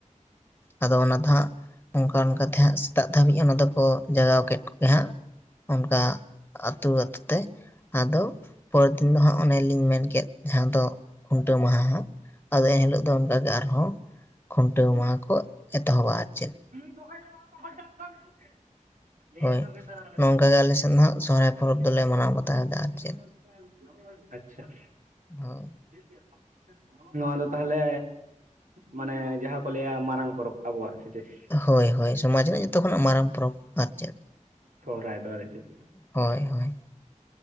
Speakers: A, on the left; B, on the right.
A: ᱟᱫᱚ ᱚᱱᱟ ᱫᱚ ᱦᱟᱸᱜ ᱚᱱᱠᱟ ᱚᱱᱠᱟ ᱛᱮ ᱦᱟᱸᱜ ᱥᱮᱛᱟᱜ ᱫᱷᱟᱹᱵᱤᱡ ᱚᱱᱟ ᱫᱚᱠᱚ ᱡᱟᱜᱟᱣ ᱠᱮᱫ ᱠᱚᱜᱮ ᱦᱟᱸᱜ ᱚᱱᱠᱟ ᱟᱹᱛᱩ ᱟᱹᱛᱩ ᱛᱮ ᱟᱫᱚ ᱯᱚᱨᱮ ᱫᱤᱱ ᱫᱚ ᱦᱟᱸᱜ ᱚᱱᱮᱞᱤᱧ ᱢᱮᱱ ᱠᱮᱫ ᱡᱟᱦᱟᱸ ᱫᱚ ᱠᱷᱩᱱᱴᱟᱹᱣ ᱢᱟᱦᱟ ᱦᱚᱸ ᱟᱫᱚ ᱮᱱᱦᱤᱞᱚᱜ ᱫᱚ ᱚᱱᱠᱟ ᱜᱮ ᱟᱨᱦᱚᱸ ᱠᱷᱩᱱᱴᱟᱹᱣ ᱢᱟᱦᱟ ᱠᱚ ᱮᱛᱚᱦᱚᱵᱟ ᱟᱨ ᱪᱮᱫ ᱾
B: <unintelligible> <unintelligible>
A: ᱦᱳᱭ ᱱᱚᱝᱠᱟᱜᱮ ᱟᱞᱮ ᱥᱮᱱ ᱫᱚ ᱦᱟᱸᱜ ᱥᱚᱦᱨᱟᱭ ᱯᱚᱨᱚᱵᱽ ᱫᱚᱞᱮ ᱢᱟᱱᱟᱣ ᱵᱟᱛᱟᱣᱮᱫᱟ ᱟᱨ ᱪᱮᱫ
B: ᱪᱷᱟ ᱾
A: <inaudible>
B: <inaudible> ᱱᱚᱣᱟ ᱫᱚ ᱛᱟᱦᱚᱞᱮ ᱢᱟᱱᱮ ᱡᱟᱦᱟᱸ ᱠᱚ ᱞᱟᱹᱭᱟ ᱢᱟᱨᱟᱝ ᱯᱚᱨᱚᱵᱽ ᱟᱵᱚᱣᱟᱜ ᱥᱮ ᱪᱮᱫ?
A: ᱦᱚᱭ ᱦᱚᱭ ᱥᱚᱢᱟᱡᱽ ᱨᱮᱱᱟᱜ ᱡᱚᱛᱚ ᱠᱷᱚᱱᱟᱜ ᱢᱟᱨᱟᱝ ᱯᱚᱨᱚᱵᱽ ᱟᱨ ᱪᱮᱫ ᱾
B: ᱥᱚᱦᱚᱨᱟᱭ ᱟᱫᱚ ᱪᱮᱫ?
A: ᱦᱚᱭ ᱦᱚᱭ ᱾